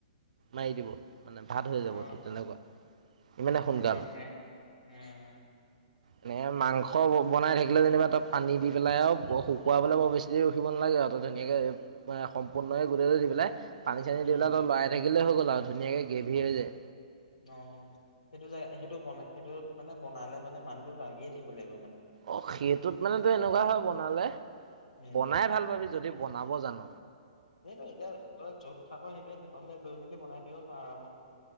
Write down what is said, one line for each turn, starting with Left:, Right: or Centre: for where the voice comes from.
Right: মাৰি দিব। মানে ভাত হৈ যাব
Left: অ
Right: তোৰ তেনেকুৱা ইমানে সোনকাল
Left: সেইটো কাম নাই উম
Right: এনে মাংস ব বনাই থাকিলে যেনিবা তই পানী দি পেলাই আৰু বহু খুৱাবলৈ বৰ বেছি দেৰি ৰখিব নালাগে আৰু তই ধুনীয়াকে সম্পূৰ্ণকে গোটেইটো দি পেলাই পানী - চানী
Left: উম
Right: দি পেলাই তই লৰাই থাকিলেই হৈ গ'ল আৰু ধুনীয়াকে গ্ৰেভি হৈ যায়।
Left: অ। সেইটো জাগা সেইটো বনাই সেইটো মানে বনালে মানে মানুহটো লাগিয়ে থাকিব লাগিব মানে।
Right: অ সেইটোত মানে তোৰ এনেকুৱা হয় বনালে,
Left: উম
Right: বনাই ভাল পাবি যদি বনাব জান'।
Left: এই তই এতিয়া তই য'ত থাক সেইটো সেইখন লৈ মেলি বনাই দিব পাৰোঁ আৰামত।